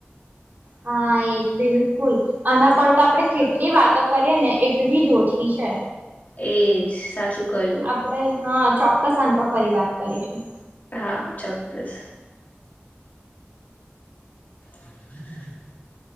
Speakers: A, on the right; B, on the left.
A: હા, એજ બિલકુલ આના પર તો આપડે કેટલી, વાતો કરીએ ને એટલી જ ઓછી છે.
B: એજ. સાચું ક્યું.
A: આપડે હા, ચોક્કસ અનપ ફરી વાત કરીશું.
B: હા, ચોક્કસ. <inaudible>